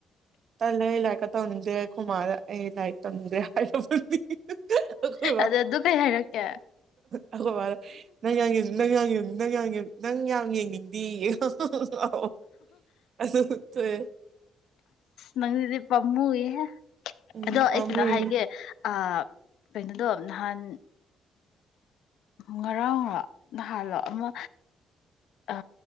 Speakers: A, on the right; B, on the left.
A: ꯇꯜꯂ ꯑꯩ ꯂꯥꯏꯀ ꯇꯝꯗ꯭ꯔꯦ ꯈꯨꯃꯥ ꯑꯩ ꯂꯥꯏꯔꯤꯛ ꯇꯝꯗ꯭ꯔꯦ ꯍꯥꯏꯗꯤ ꯑꯩꯈꯣꯏ
B: ꯑꯗ ꯑꯗꯨ ꯀꯩ ꯍꯥꯏꯔꯛꯀꯦ
A: ꯑꯩꯈꯣꯏ ꯅꯪꯒꯤ ꯅꯪꯒꯤ ꯅꯪ ꯌꯥꯝ ꯅꯪ ꯌꯥꯝ ꯌꯦꯡꯅꯤꯡꯗꯤ ꯑ ꯑꯗꯨꯦ
B: ꯅꯪꯅꯤꯗꯤ ꯄꯃꯨꯒꯤ ꯍꯥꯏ
A: ꯎꯝ
B: ꯑꯗꯣ ꯑꯩ
A: ꯄꯥꯝꯃꯨꯏ
B: ꯀꯩꯅꯣ ꯍꯥꯏꯒꯦ ꯑ ꯀꯩꯅꯣꯗꯣ ꯅꯍꯥꯟ ꯉꯔꯥꯡꯔ ꯍꯂꯣ ꯑꯃ ꯑ